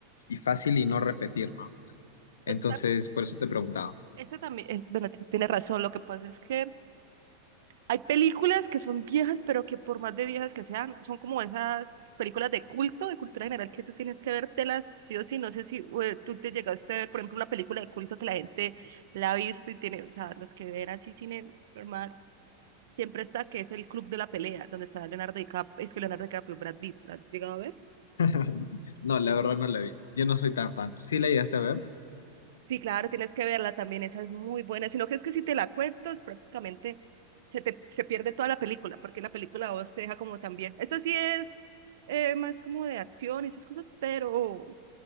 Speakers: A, on the left; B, on the right.
A: y fácil y no repetir, ¿no? Entonces,
B: Pues, tam-
A: por eso te preguntaba.
B: Esto también, es- bueno, sí tiene razón. Lo que pasa es que Hay películas que son viejas, pero que por más de viejas que sean, son como esas películas de culto, de cultura general, que tú tienes que vértelas sí o sí. No sé si eh, tú te llegaste a ver, por ejemplo, una película de culto que la gente la ha visto y tiene, o sea, los que ven así cine normal, siempre está que es el Club de la Pelea, donde está Leonardo DiCaprio, es que Leonardo DiCaprio, Brad Pitt, ¿la has llegado a ver?
A: <laughs> No, la verdad no la vi. Yo no soy tan fan. ¿Sí la llegaste a ver?
B: Sí, claro, tienes que verla también, esa es muy buena, sino que es que si te la cuento, es prácticamente se te se pierde toda la película, porque la película a vos te deja como también. Esta sí es eh, más como de acción y esas cosas, pero,